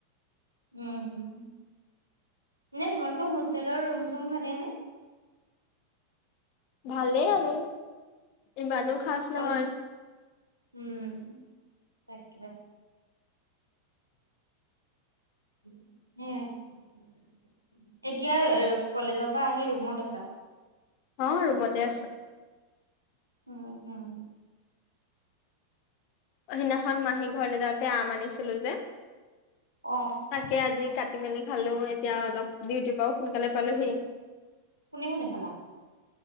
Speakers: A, on the right; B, on the left.
A: উম উম। এনেই তোমালোকৰ হোষ্টেলৰ ৰুম-চুম ভালেই নে?
B: ভালেইে আৰু! ইমানো খাচ
A: কল
B: নহয়।
A: উম। তাকে। সেয়াই। এতিয়া কলেজৰ পৰা আহি ৰুমত আছা?
B: অ' ৰুমতে আছো।
A: উম হুম।
B: অ' সেইদিনাখন মাহীৰ ঘৰলে যাওঁতে তে আম আনিছিলোঁ যে।
A: অ
B: তাকে আজি কাটি-মেলি খালো এতিয়া অলপ ডিউটি পাও সোনকালে পালোহি।
A: কোনে কোনে খালা?